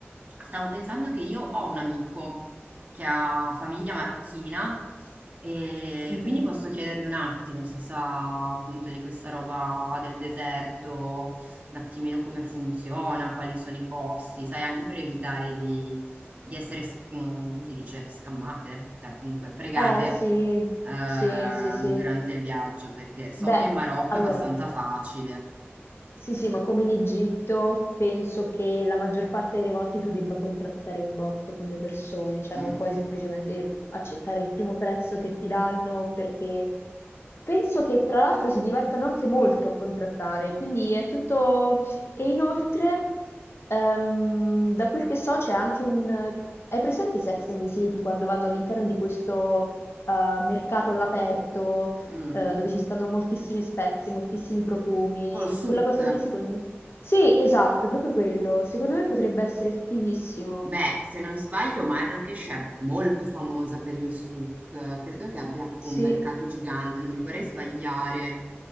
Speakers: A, on the right (about 30°); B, on the left (about 65°).
A: stavo pensando che io ho un amico che ha famiglia marocchina, e
B: mhm.
A: quindi posso chiedergli un attimo se sa appunto di questa roba del deserto, un attimino come funziona, quali sono i costi, sai, anche per evitare di di essere s mhmm, come si dice? Scammate? Cioè comunque fregate,
B: Eh sì,
A: ehm,
B: sì, sì, sì.
A: durante il viaggio, perché so
B: Beh,
A: che in Marocco
B: allora.
A: è abbastanza facile.
B: Sì, sì, ma come in Egitto penso che la maggior parte delle volte tu debba contrattare un botto con le persone, cioè
A: Mh,
B: non puoi semplicemente accettare il primo prezzo che ti danno perché penso che tra l'altro si divertano anche molto a contrattare, quindi è tutto... E
A: mh,
B: inoltre, ehm, da quel che so c'è anche un... Hai presente Sex and the City quando vanno all'interno di questo eh, mercato all'aperto?
A: mh,
B: eh,
A: mh.
B: dove ci stanno moltissime spezie, moltissimi profumi.
A: Polsuk.
B: Quella cosa lì, secondo me. Sì, esatto, proprio quello. Secondo me potrebbe essere fighissimo.
A: Beh, se non sbaglio, Marrakesh è molto famosa per il souk. Credo che abbia tipo
B: Sì.
A: un mercato gigante, non mi vorrei sbagliare